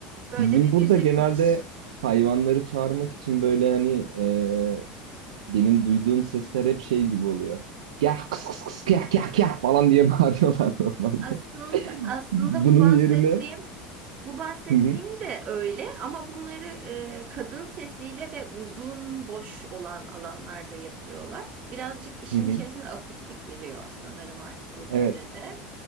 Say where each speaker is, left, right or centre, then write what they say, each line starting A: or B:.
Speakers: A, on the right (about 45°); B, on the right (about 70°).
A: Böyle
B: Bizim
A: bir müzikmiş.
B: burada genelde hayvanları çağırmak için böyle hani e, benim duyduğum sesler hep şey gibi oluyor. Gel kıs kıs kıs gel gel gel falan diye bağırıyorlar <laughs> normalde.
A: Aslında aslında
B: Bunun
A: bu bahsettiğim
B: yerine
A: bu bahsettiğim
B: Hı hı,
A: de öyle ama bunları e, kadın sesiyle ve uzun boş olan alanlarda yapıyorlar. Birazcık işin
B: hı hı.
A: içerisine akustik giriyor sanırım artık o
B: Evet
A: devrede.